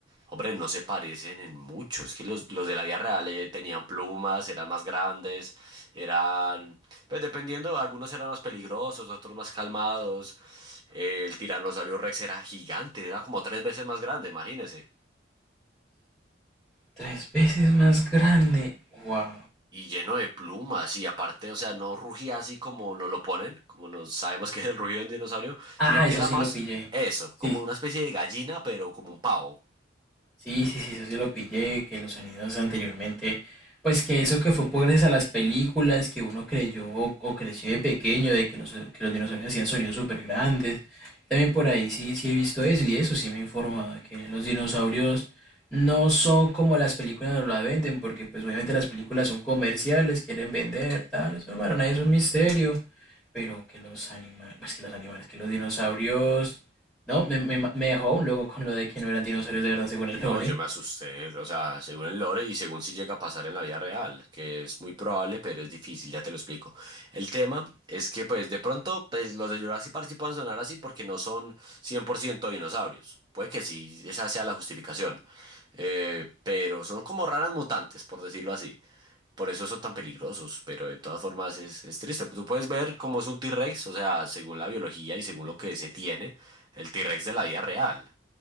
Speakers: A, on the right; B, in the centre.
A: Hombre, no se parecen en mucho. Es que los, los de la vida real eh, tenían plumas, eran más grandes, eran... Pues dependiendo, algunos eran más peligrosos, otros más calmados. Eh, el tiranosaurio Rex era gigante, era como tres veces más grande, imagínese.
B: Tres veces más grande. Wow.
A: Y lleno de plumas, y aparte, o sea, no rugía así como nos lo ponen, como nos sabemos que es el rugido de un dinosaurio,
B: Ah,
A: sino que
B: eso
A: era
B: sí
A: más
B: lo pillé.
A: eso,
B: Sí,
A: como una especie de gallina, pero como un pavo.
B: Sí, sí, sí, eso sí lo pillé, que los sonidos anteriormente, pues que eso que fue por gracias a las películas que uno creyó o, o creció de pequeño, de que los, que los dinosaurios hacían sonidos súper grandes. También por ahí sí, sí he visto eso y eso sí me he informado, de que los dinosaurios no son como las películas nos la venden, porque pues obviamente las películas son comerciales, quieren vender, tal, eso para nadie es un misterio, pero que los animales, pues que los animales, que los dinosaurios no, me, me, me dejó un loco con lo de que no eran dinosaurios de verdad, según el
A: No,
B: lore.
A: yo me asusté, o sea, según el lore y según si llega a pasar en la vida real, que es muy probable, pero es difícil, ya te lo explico. El tema es que, pues, de pronto, pues, los de Jurassic Park sí pueden sonar así porque no son 100% dinosaurios. Puede que sí, esa sea la justificación. Eh, pero son como raras mutantes, por decirlo así. Por eso son tan peligrosos, pero de todas formas es, es triste. Tú puedes ver cómo es un T-Rex, o sea, según la biología y según lo que se tiene, el T-Rex de la vida real.